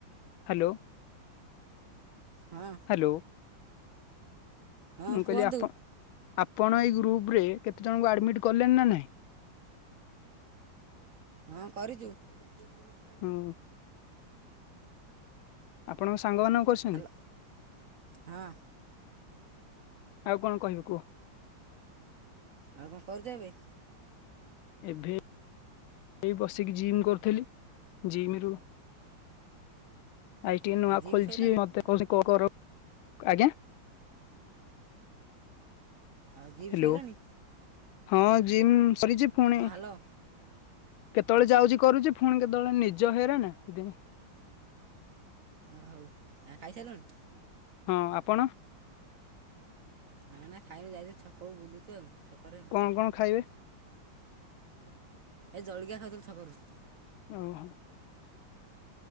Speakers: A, on the left (about 85°); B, on the right (about 60°).
A: hello.
B: ହଁ
A: ହାଲୋ
B: ହଁ
A: ମୁ
B: କୁହନ୍ତୁ
A: କହିଲି ଆପଣ ଆପଣ ଏଇ ଗ୍ରୁପ୍ ରେ କେତେଜଣଙ୍କୁ ଆଡ଼ମିଟ୍ କଲେଣି ନା ନାହିଁ?
B: ହଁ କରିଚୁ। <inaudible>
A: ହଁ। ଆପଣଙ୍କ ସାଙ୍ଗ ମାନଙ୍କୁ କରିଛନ୍ତି?
B: ହ୍ୟାଲୋ ହଁ
A: ଆଉ କଣ କହିବି କୁହ?
B: ଆଉ କଣ କରୁଛ ଏବେ?
A: ଏବେ ଏ ବସିକି ଜିମ୍ କରୁଥିଲି। ଜିମ ରୁ ଆଜି ଟିକେ ନୂଆ
B: ଆଉ ଜିମ୍
A: ଖୋଲିଛି
B: ସଇଲାଣି
A: ମତେ କହୁଚି କର ଆଜ୍ଞା।
B: ଆଉ ଯିମ
A: ହ୍ୟାଲୋ
B: ଶଇଲାଣି?
A: ହଁ ଜିମ୍ ସରିଛି ପୁଣି
B: ହଁ ହ୍ୟାଲୋ
A: କେତେବେଳେ ଯାଉଛି କରୁଛି ଫୁଣି କେତେବେଳେ ନିଜ ହେଇରା ନା ସେଥିପାଇଁ।
B: ଓ ହଉ ଆ ଖାଇସାରିଲଣି?
A: ହଁ ଆପଣ?
B: ନାଁ ନା ଖାଇବାକୁ ଯାଇଚି ଛକକୁ ବୁଲୁଚୁ ଆଉ ଛକରେ ଆଉ।
A: କଣ କଣ ଖାଇବେ?
B: ଏ ଜଳଖିଆ ଖାଉଥିଲୁ ଛକରୁ।
A: ଓହୋ।